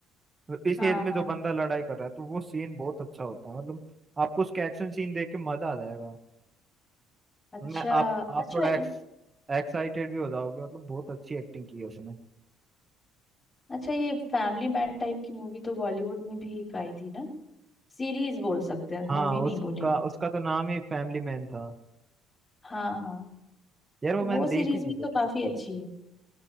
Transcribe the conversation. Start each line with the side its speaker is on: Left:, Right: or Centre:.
Right: तो इस
Left: हाँ
Right: एज में
Left: हाँ
Right: जो बंदा लड़ाई कर रहा है तो वो सीन बहुत अच्छा होता है मतलब आपको उसका एक्शन सीन देख के मजा आ जाएगा
Left: अच्छा
Right: मैं आप आप
Left: अच्छा
Right: थोड़ा एक्स एक्साइटेड भी हो जाओगे मतलब बहुत अच्छी एक्टिंग की है उसने
Left: अच्छा ये फैमिली मैन टाइप की मूवी तो बॉलीवुड में भी एक आई थी ना सीरीज बोल सकते हैं
Right: हाँ
Left: मूवी नहीं
Right: उसका
Left: बोलेंगे
Right: उसका तो नाम ही फैमिली मैन था
Left: हाँ हाँ
Right: यार वो
Left: तो
Right: मैंने
Left: वो सीरीज
Right: देखी नहीं
Left: भी
Right: लेकिन
Left: तो काफी अच्छी है